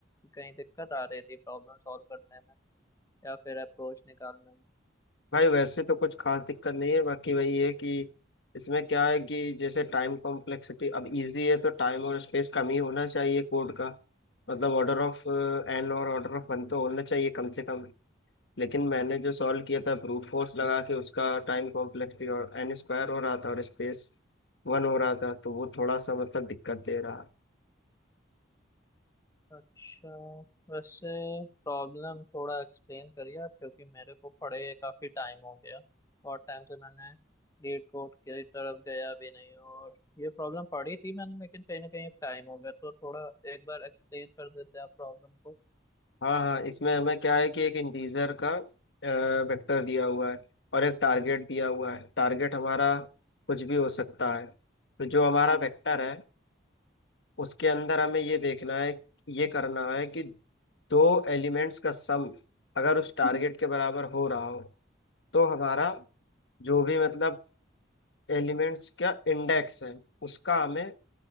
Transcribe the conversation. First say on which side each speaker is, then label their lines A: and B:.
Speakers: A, on the left; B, on the left.
A: कहीं दिक्कत आ रही थी प्रॉब्लम सॉल्व करने में या फिर अप्रोच निकालने में
B: भाई वैसे तो कुछ खास दिक्कत नहीं है बाकी वही है कि इसमें क्या है कि जैसे टाइम कॉम्प्लेक्सिटी अब इजी है तो टाइम और स्पेस कम ही होना चाहिए कोड का मतलब ऑर्डर ऑफ एन और ऑर्डर ऑफ वन तो होना चाहिए कम से कम लेकिन मैंने जो सॉल्व किया था ब्रूट फोर्स लगा के उसका टाइम कॉम्प्लेक्सिटी और एन स्क्वायर हो रहा था और स्पेस वन हो रहा था तो वो थोड़ा सा मतलब दिक्कत दे रहा
A: अच्छा वैसे प्रॉब्लम थोड़ा एक्सप्लेन करिए आप क्योंकि मेरे को पढ़े काफ़ी टाइम हो गया बहुत टाइम से मैंने लीड कोड की तरफ गया भी नहीं और ये प्रॉब्लम पढ़ी थी मैंने लेकिन कहीं ना कहीं टाइम हो गया तो थोड़ा एक बार एक्सप्लेन कर देते आप प्रॉब्लम को
B: हाँ हाँ इसमें हमें क्या है कि एक इंटीजर का वेक्टर दिया हुआ है और एक टारगेट दिया हुआ है टारगेट हमारा कुछ भी हो सकता है तो जो हमारा वेक्टर है उसके अंदर हमें ये देखना है ये करना है कि दो एलिमेंट्स का सम अगर उस टारगेट के बराबर हो रहा हो तो हमारा जो भी मतलब एलिमेंट्स का इंडेक्स है उसका हमें